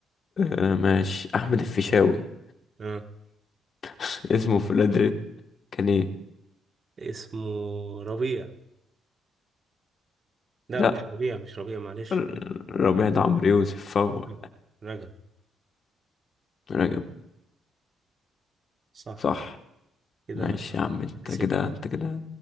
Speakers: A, on the left; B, on the right.
A: آه ماشي أحمد الفيشاوي
B: اه
A: <laughs> اسمه في الأدريس كان إيه؟
B: اسمه ربيع لا
A: لأ
B: مش ربيع مش ربيع معلش
A: ر- ربيع ده عمرو يوسف فهو
B: رجب رجب.
A: رجب
B: صح
A: صح
B: كده
A: ماشي
B: أنا
A: يا عم أنت
B: كسبت
A: كده أنت كده